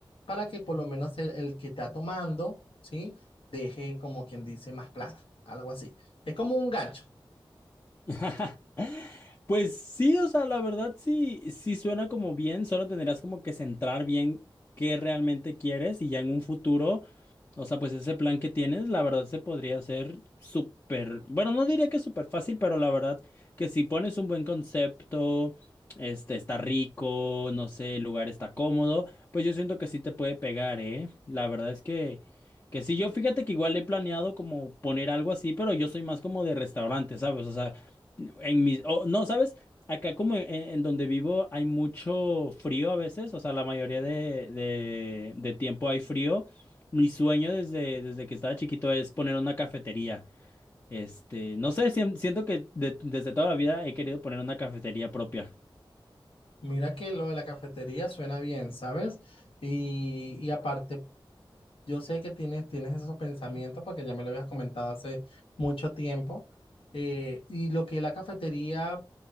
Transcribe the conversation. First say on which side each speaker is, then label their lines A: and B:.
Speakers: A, on the left; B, on the left.
A: Para que por lo menos el, el que está tomando, ¿sí? Deje como quien dice más plata, algo así. Es como un gancho.
B: <laughs> Pues sí, o sea, la verdad sí, sí suena como bien, solo tendrás como que centrar bien qué realmente quieres y ya en un futuro. O sea, pues ese plan que tienes, la verdad se podría hacer súper, bueno, no diría que súper fácil, pero la verdad que si pones un buen concepto, este está rico, no sé, el lugar está cómodo, pues yo siento que sí te puede pegar, ¿eh? La verdad es que, que sí, yo fíjate que igual he planeado como poner algo así, pero yo soy más como de restaurante, ¿sabes? O sea, en mis, o no, ¿sabes? Acá como en, en donde vivo hay mucho frío a veces, o sea, la mayoría de, de de tiempo hay frío. Mi sueño desde, desde que estaba chiquito es poner una cafetería. Este, no sé, sien- siento que de- desde toda la vida he querido poner una cafetería propia.
A: Mira que lo de la cafetería suena bien, ¿sabes? Y, y aparte, yo sé que tienes, tienes esos pensamientos porque ya me lo habías comentado hace mucho tiempo. eh, y lo que es la cafetería